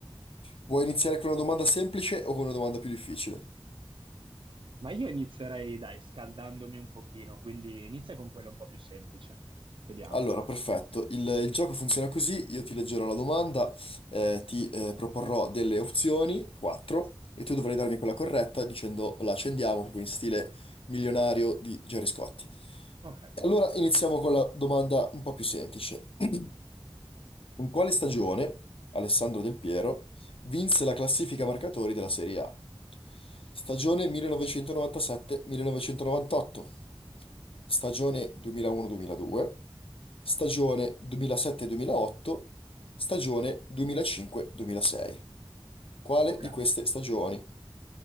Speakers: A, on the left (about 75°); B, on the right (about 65°).
A: Vuoi iniziare con una domanda semplice o con una domanda più difficile?
B: Ma io inizierei, dai, scaldandomi un pochino, quindi inizia con quello un po' più semplice. Vediamo.
A: Allora, perfetto. Il, il gioco funziona così, io ti leggerò la domanda, eh, ti eh, proporrò delle opzioni, quattro, e tu dovrai darmi quella corretta dicendo la accendiamo proprio in stile milionario di Gerry Scotti.
B: Ok,
A: Allora, iniziamo con la domanda un po' più semplice. <clears throat> In quale stagione Alessandro Del Piero vinse la classifica marcatori della Serie A? Stagione 1997-1998, stagione 2001-2002, stagione 2007-2008, stagione 2005-2006. Quale
B: ok.
A: di queste stagioni?